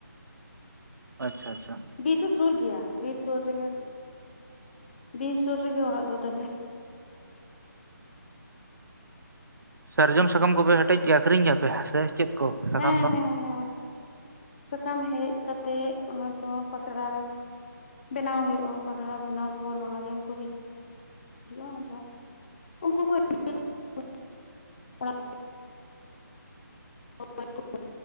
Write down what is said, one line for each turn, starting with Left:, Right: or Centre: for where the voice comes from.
Right: ᱟᱪᱪᱷᱟ ᱟᱪᱪᱷᱟ ᱟᱪᱷᱟ ᱾
Left: ᱵᱤᱨ ᱫᱚ ᱥᱩᱨ ᱜᱮᱭᱟ ᱵᱤᱨ ᱥᱩᱨ ᱨᱮᱜᱮ ᱵᱤᱨ ᱥᱩᱨ ᱨᱮᱜᱮ ᱚᱲᱟᱜ ᱫᱚ ᱛᱟᱞᱮ ᱾
Right: ᱥᱟᱨᱡᱚᱢ ᱥᱟᱠᱟᱢ ᱠᱚᱯᱮ ᱦᱮᱴᱮᱡ ᱜᱮᱭᱟ ᱟᱠᱷᱨᱤᱧ ᱜᱮᱭᱟᱯᱮ ᱥᱮ ᱪᱮᱫ ᱠᱚ ᱥᱟᱠᱟᱢ
Left: ᱦᱮᱸ
Right: ᱫᱚ?
Left: ᱦᱮᱸ ᱦᱮᱸ ᱥᱟᱠᱟᱢ ᱦᱮᱡ ᱠᱟᱛᱮᱜ ᱚᱱᱟ ᱫᱚ ᱯᱟᱛᱲᱟ ᱵᱮᱱᱟᱣ ᱦᱩᱭᱩᱜᱼᱟ ᱯᱟᱛᱲᱟ ᱵᱮᱱᱟᱣ ᱯᱚᱨ ᱢᱟᱦᱟᱡᱚᱱ ᱠᱚ ᱦᱤᱡ ᱦᱤᱡᱩᱜᱼᱟ ᱫᱚ ᱟᱫᱚ ᱩᱱᱠᱩ ᱠᱚ <unintelligible> <unintelligible>